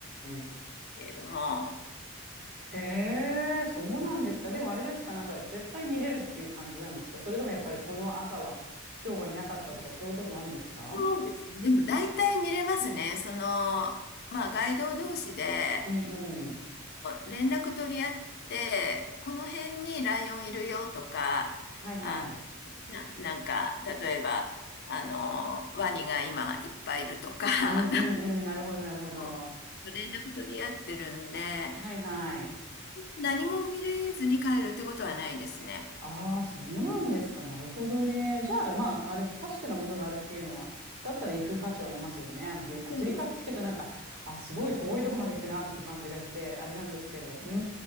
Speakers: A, on the right; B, on the left.
A: ん。
B: けれども、
A: へえ、そうなんですか。でもあれですか、なんか絶対見れるっていう感じなんですかそれともやっぱりこの朝は今日はいなかったとかそういうこともあるんですか
B: そうですね。でも大体見れますね。その、まあ、ガイド同士で、
A: うんうん。
B: 連絡取り合って、この辺にライオンいるよとか、
A: はいはい。
B: あ、な、なんか、例えば、あの、ワニが今いっぱいいるとか、
A: うんうんうん。
B: <laughs> なんか
A: なるほどなるほど。
B: こう連絡取り合ってるんで、
A: はいはい。
B: 何も見れずに帰るってことはないですね。
A: ああ、そうなんですか。なるほどね。
B: はい
A: じゃあ、まあ、あれ、確かなものがあるっていうのは、だったら行く価値はありますよね。アフリ、アフリカっていうとなんか、
B: そうです。
A: あ、すごい遠いとこまで行くなっていう感じがして、あれなんですけど。うん、う